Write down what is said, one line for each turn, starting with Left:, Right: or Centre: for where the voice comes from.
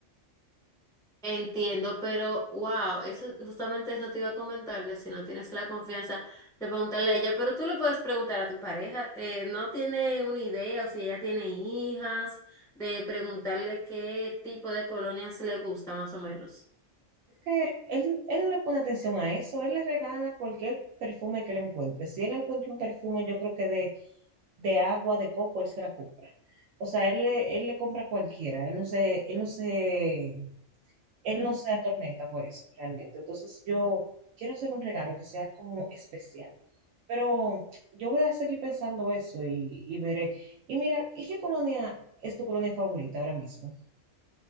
Centre: Entiendo, pero wow, eso justamente eso te iba a comentar, de si no tienes la confianza de preguntarle a ella, pero tú le puedes preguntar a tu pareja, eh, no tiene una idea o si ella tiene hijas, de preguntarle qué tipo de colonias le gusta más o menos.
Right: Es que él, él no le pone atención a eso, él le regala cualquier perfume que le encuentre. Si él encuentra un perfume, yo creo que de, de agua, de coco, él se la compra. O sea, él le, él le compra cualquiera, él no se, él no se él no se atormenta por eso realmente. Entonces yo quiero hacer un regalo que sea como especial. Pero yo voy a seguir pensando eso y, y veré. Y mira, ¿y qué colonia es tu colonia favorita ahora mismo?